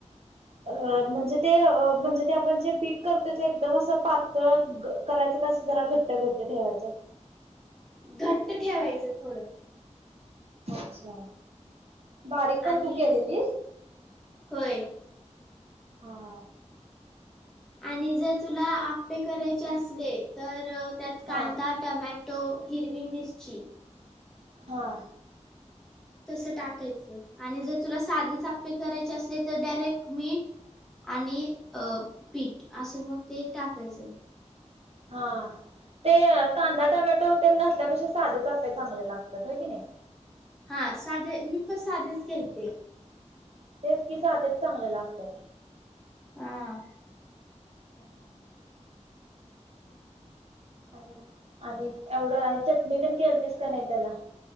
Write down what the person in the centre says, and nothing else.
घट्ट ठेवायचं थोडं.
आणि
होय.
आणि जर तुला आप्पे करायचे असले तर त्यात कांदा-
टोमॅटो हिरवी मिर्ची-
तस टाकायचं आणि जर तुला साधेच आप्पे करायचे असले तर डायरेक्ट मीठ- आणि अ पीठ असं मग ते टाकायचं.
हा. साधे मी पण साधेच केलते.
आ हा